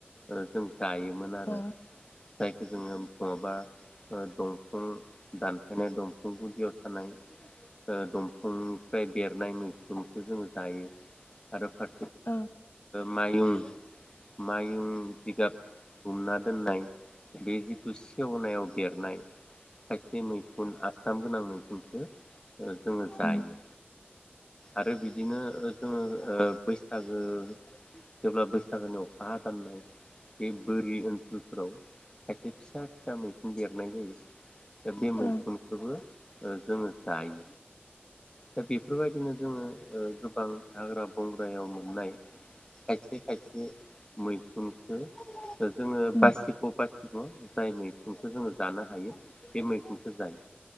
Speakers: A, on the left; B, on the left.
A: ओ जों जायोमोन आरो।
B: औ
A: जायखौ जोङो नङाबा ओ दंफां दानफायनाय दंफां गुदियाव थानाय ओ दंफांनिफ्राय बेरनाय मैखुनखौ जों जायो आरो फा
B: औ
A: मायुं मायुं जिगाब हुमना दोननाय बे जिथु सेवनायाव बेरनाय खायसे मैखुन आसथाम गोनां मैखुनखौ ओ जोङो जायो
B: उम
A: आरो बिदिनो जोङो ओ बैसागो जेब्ला बैसागोनि अखा हदाननाय बे बोरि ओनसोलफोराव खायसे फिसा फिसा मैखुन बेरनाय जायो एब बे
B: औ
A: मैखुनखौबो ओ जोङो जायो दा बेफोरबायदिनो जोङो गोबां हाग्रा बंग्रायाव मोननाय खायसे खायसे मैखुनखौ जोङो
B: उम
A: बासिग' बासिग' जाय मै खुनखौ जोङो जानो हायो बे मैगुनखौ जायो